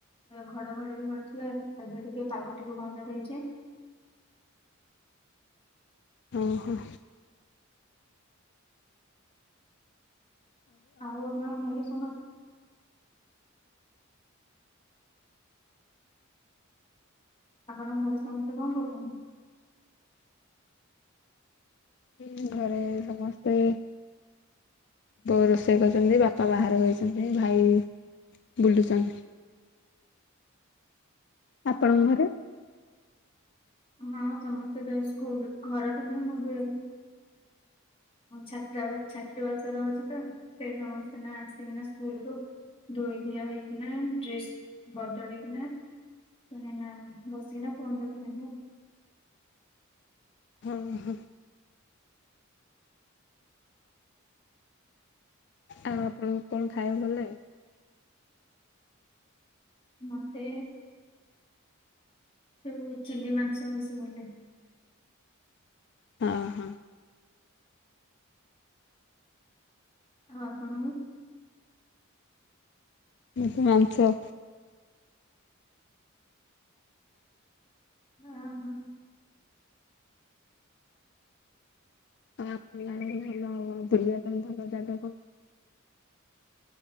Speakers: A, on the left; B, on the left.
A: ଘଡଘଡି ବି ମାରିଥିଲେ ଏବେ ଟିକେ ପାଗ ତିକ ଭଲ ଦେଇଛେ।
B: ଓହୋ।
A: ଆଉ ଆପଣ ଘରେ ସମସ୍ତ ଆପଣଙ୍କ ଘରେ ସମସ୍ତେ କଣ କରୁଛନ୍ତି?
B: ହୁଁ ଘରେ ସମସ୍ତେ ବୋ ରୋଷେଇ କରିଛନ୍ତି ବାପା ବାହାର ହୋଇଛନ୍ତି ଭାଇ ବୁଲୁଛନ୍ତି।
A: <unintelligible>
B: ଆପଣଙ୍କର
A: ଅହଁ,
B: ଘରେ?
A: ହଁ ସମସ୍ତେ ବି ସ୍କୁଲ ଘରେ ତ ନହି ମୁଁ ବି। ହଁ ଛାତା ଛାତ୍ରୀବାସ ରହୁଛି ତ। ସେ ସମସ୍ତେ ନା ଆସିକିନା ସ୍କୁଲରୁୁ ଧୋଇ ଦିଆ ହେଇକି ନା ଡ୍ରେସ ବଦଳେଇକନା। କ ନା ବସିକିନା ଫୋନ ଦେଖୁଥିଲୁ।
B: ହଁ ହଁ। ଆଉ ଆପଣଙ୍କୁ କଣ ଖାଇବାକୁ ଲାଗେ?
A: ମତେ ଯୋଉ ଚିଲି ମାଂସ ବେଶି ଗଲେ।
B: ହଁ ହଁ।
A: ଆଉ ଆପଣଙ୍କୁ?
B: ମୋତେ ମାସଂ
A: ହଁ ହଁ।
B: କ ଭଲ ଆଉ ବୁଲିବା ପାଇଁ ଭଲ ଜାଗା କହୁ